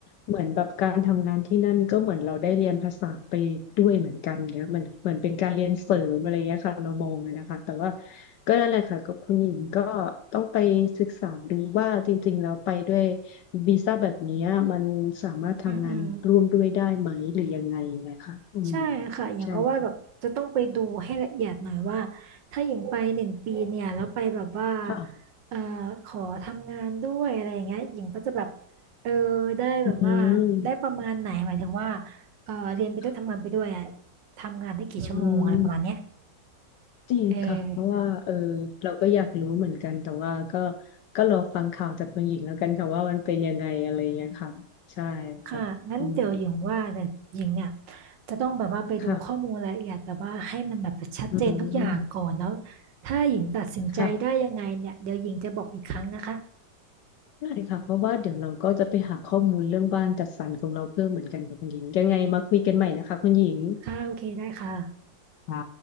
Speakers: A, on the left; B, on the right.
A: เหมือนแบบการทำงานที่นั่นก็เหมือนเราได้เรียนภาษาไปด้วยเหมือนกันเนี้ยเหมือนเหมือนเป็นการเรียนเสริมอะไรเงี้ยค่ะเรามองเลยนะคะแต่ว่าก็นั่นแหละค่ะก็คุณหญิงก็ต้องไปศึกษาดูว่าจริงๆแล้วไปด้วยวีซ่าแบบเนี้ยมันสามารถทำงานร่วมด้วยได้ไหมหรือยังไงไงค่ะอืม
B: อืมอืม ใช่ค่ะอย่างก็ว่าแบบจะต้องไปดูให้ละเอียดหน่อยว่า
A: ใช่ค่ะ
B: ถ้าอย่างไปหนึ่งปีเนี่ยแล้วไปแบบว่า
A: ค่ะ
B: เอ่อขอทำงานด้วยอะไรอย่างเงี้ยหญิงก็จะแบบเออได้แบบว่าได้ประมาณไหนหมายถึงว่า
A: อืม
B: เออเรียนไปด้วยทำงานไปด้วยอะ
A: ค่ะ
B: ทำงานได้กี่ชั่วโมงอะไรประมาณเนี้ย
A: อืม จริงค่ะเพราะว่าเออ
B: เออ
A: เราก็อยากรู้เหมือนกันแต่ว่าก็ก็รอฟังข่าวจากคุณหญิงแล้วกันค่ะว่ามันเป็นยังไงอะไรอย่างเงี้ยค่ะใช่ค่ะอืม
B: ค่ะงั้นเดี๋ยวหญิงว่าแต่หญิงเนี่ยจะต้องแบบว่าไปดูข้อมูลรายละเอียดแบบว่าให้มันแบบชัดเจนทุกอย่างก่อนแล้ว
A: ค่ะอืม
B: ถ้าหญิงตัดสินใจได้ยังไงเนี่ยเดี๋ยวหญิงจะบอกอีกครั้งนะคะ
A: ค่ะได้ค่ะเพราะว่าเดี๋ยวเราก็จะไปหาข้อมูลเรื่องบ้านจัดสรรของเราเพิ่มเหมือนกันค่ะคุณหญิงยังไงมาคุยกันใหม่นะคะคุณหญิง
B: ค่ะโอเคได้ค่ะ
A: ค่ะ